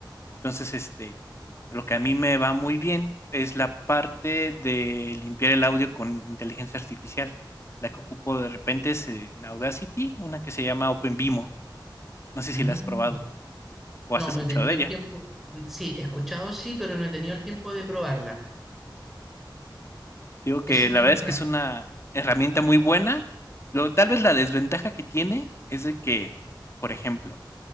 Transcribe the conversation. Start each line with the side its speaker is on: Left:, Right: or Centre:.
Left: Entonces, este, lo que a mí me va muy bien es la parte de limpiar el audio con inteligencia artificial. La que ocupo de repente es eh, en Audacity, una que se llama OpenVimo. No sé
Centre: Mm.
Left: si la has probado o
Centre: No,
Left: has escuchado
Centre: no he tenido
Left: de ella.
Centre: el tiempo. Sí, he escuchado sí, pero no he tenido el tiempo de probarla.
Left: Te digo
Centre: Es
Left: que
Centre: súper
Left: la verdad
Centre: buena.
Left: es que es una herramienta muy buena. Lo, tal vez la desventaja que tiene es de que, por ejemplo,